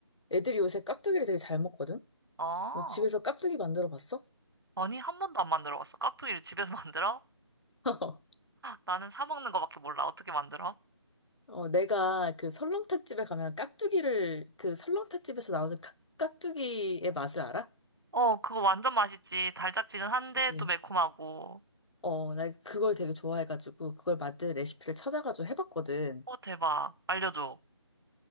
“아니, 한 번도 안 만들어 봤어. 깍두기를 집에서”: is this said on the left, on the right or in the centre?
Right